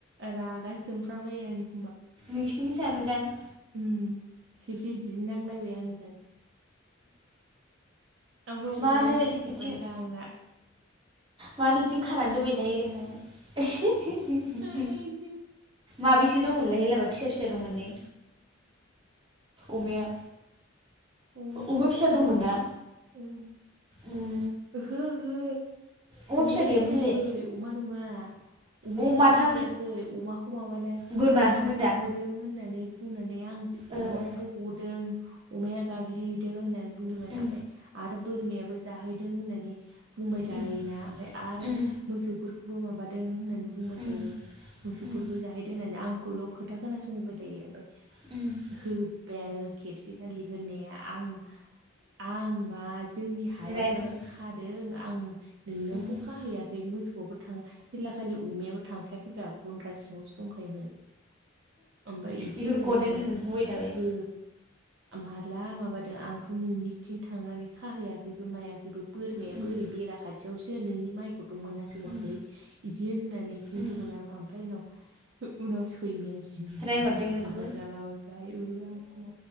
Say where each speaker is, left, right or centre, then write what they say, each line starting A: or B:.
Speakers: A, on the right; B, on the right.
A: रागा जोंफ्रांलायो आङो।
B: नोंसिनि सानोदां
A: ओम खेबसे जि नांलायबाय आंजों। आमफ्राय
B: मानो
A: अमायानो थैजोबबायरा
B: इथिं
A: आंना।
B: मानो इथिं
A: नांलायनानै
B: खानानै दोनबाय थायो नोङो?
A: आइदि
B: माबैसे दंमोनलाय हेलाबा फिसा फिसा दंमोन ने? अमाया
A: अमाया फिसा
B: अमा
A: फिसा
B: दंमोन
A: दं ओं।
B: ना उम
A: ओहो ओहो
B: अमा
A: अमाया
B: फिसा गैयामोनलै
A: जायाखै अमा नङा। अमाया
B: अ
A: जेबो
B: माथाम
A: जायाखै अमाखौ माबानो
B: बोरमासोमोन
A: अमाखौ
B: दा
A: गदों होननानै बुंनानै आं जो
B: ओ
A: अमाखौबो
B: ओ
A: गदों अमाया गाग्लिहैदों होननानै बुंदोंमोन
B: उम
A: ओमफाय आरो बोरमायाबो जाहैदों होननानै बुंबाय थायोना
B: उम
A: ओमफाय आरो
B: उम
A: मोसौफोरखौबो माबादों होनना बुंबाय
B: उम
A: थायो मोसौफोरबो
B: उम
A: जाहैदों होननानै आंखौल' खोथा खोनासंहोबाय थायो ओमफाय
B: उम
A: होब्बाय आङो खेबसेखालि होननाया आं आं मा जोंनि हायावसो
B: रायहरबाय
A: आं खादों आं नोंनावथ'
B: उम
A: खाहैयाखै मोसौ खौ <unintelligible> हेला खालि अमायाबो थांखायाखैब्रा गन्द्रा सिङावसो दंखायोमोन। ओमफ्राय इदि
B: इखौनो
A: होनबाय
B: गदों
A: आङो
B: होननानै बुंबाय थाबाय।
A: ओ माला माबादों आंथ' नोंनिथिं थांनानै खाहैयाखैबो मायाखैबो बोरमायाबो
B: उम
A: ओरै बेरा खाथियावसो नोंनि माइखौ बो मोनहा सौवाखै
B: उम
A: इदि होननानै बुंदोंमोन
B: उम
A: आं ओमफाय उनाव उनाव सैमाया जि जि मेगन
B: रायहरदों
A: गोजा
B: नोंखौबो
A: गोजा जालाबाय <unintelligible> आंखौ